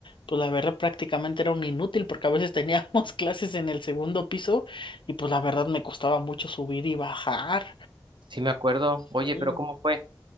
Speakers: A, on the left; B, on the right.
A: pues la verdad prácticamente era un inútil porque a veces teníamos <laughs> clases en el segundo piso y pues la verdad me costaba mucho subir y bajar.
B: sí me acuerdo.
A: Sí.
B: Oye, pero ¿cómo fue?